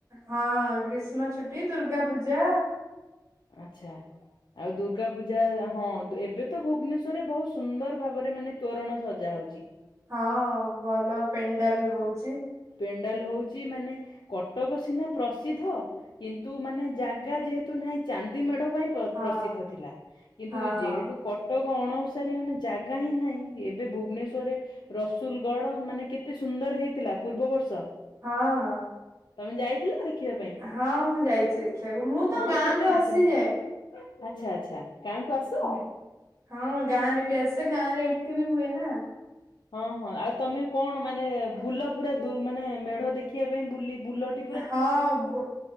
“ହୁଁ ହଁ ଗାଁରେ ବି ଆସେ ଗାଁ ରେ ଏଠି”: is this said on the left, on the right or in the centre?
Right